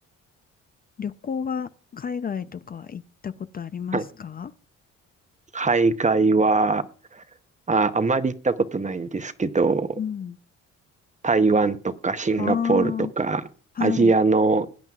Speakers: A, on the left (about 30°); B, on the right (about 25°).
A: 旅行は海外とか行ったことありますか
B: はい。海外は、あ、あまり行ったことないんですけど、
A: うん。
B: 台湾とかシンガポールとか、
A: ああ、
B: アジアの
A: はい。